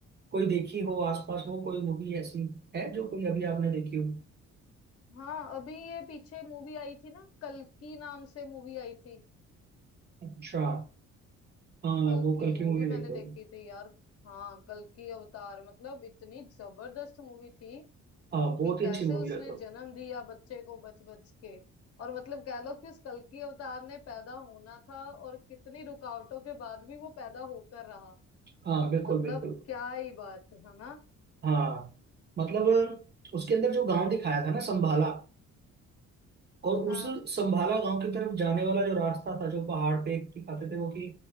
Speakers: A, on the right (about 35°); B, on the left (about 50°).
A: कोई देखी हो आसपास हो कोई मूवी ऐसी है जो कोई अभी आपने देखी हो
B: हाँ अभी ये पीछे मूवी आई थी ना कल्कि नाम से मूवी आई थी
A: अच्छा हाँ
B: कल्कि
A: वो कल
B: वो
A: की मूवी
B: भी मैंने
A: देखो
B: देखी थी यार हाँ कल्कि अवतार मतलब इतनी जबरदस्त मूवी थी
A: हाँ बहुत
B: कि
A: ही
B: कैसे
A: अच्छी मूवी
B: उसने
A: है तो
B: जन्म दिया बच्चे को बच बच के और मतलब कह लो कि उस कल्कि अवतार ने पैदा होना था और कितनी रुकावटों के बाद भी वो पैदा होकर रहा
A: हाँ बिल्कुल
B: मतलब
A: बिल्कुल
B: क्या ही बात है ना
A: हाँ मतलब उसके अंदर जो गांव दिखाया था ना संभाला और
B: हाँ
A: उस संभाला गांव की तरफ जाने वाला जो रास्ता था जो पहाड़ पे दिखाते थे वो कि